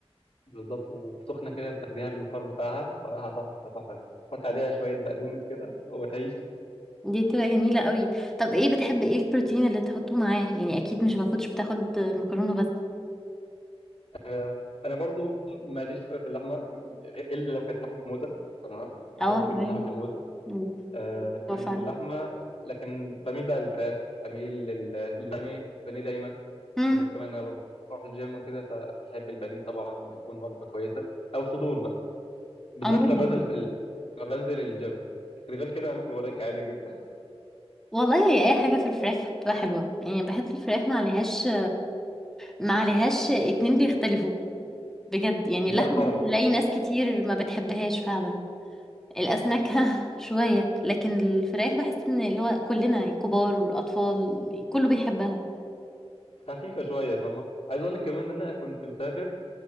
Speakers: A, on the left (about 60°); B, in the centre.
A: بالظبط وسخنة كده تاخديها بالبخار بتاعها صراحة تحفة تحفة حط عليها شوية بقدونس كده وتعيش
B: دي بتبقى جميلة قوي طب ايه بتحب ايه البروتين اللي تحطه معاه يعني اكيد مش ما كنتش بتاخد مكرونة بس
A: آه أنا برضو ماليش قوي في اللحمة غير- إلا لو كانت لحمة موزة تمام بحب
B: اه تمام
A: جدا لحمة الموزة
B: مم.
A: آه لكن
B: أيوة فعلا
A: اللحمة لكن بميل بقى للفراخ بميل لل- للبانيه البانيه دايما
B: مم.
A: بالذات كمان أنا برضو بروح الجيم وكده فبحب البانيه طبعا بتكون وجبة كويسة أو صدور بقى بالذات
B: عموما
A: لما بنزل في ال... لما بنزل الجيم لكن غير كده أنا باكل وراك عادي جدا
B: والله هي اي حاجة في الفراخ بتبقى حلوة يعني بحس الفراخ ما عليهاش ما عليهاش اتنين بيختلفوا بجد يعني
A: لا
B: اللحمة
A: خالص
B: بتلاقي ناس كتير ما بتحبهاش فعلا الأسماك <laughs> ها شوية لكن الفراخ بحس ان اللي هو كلنا كبار أطفال كله بيحبها
A: خفيفه شويه فاهمه عايز اقول لك كمان ان انا كنت مسافر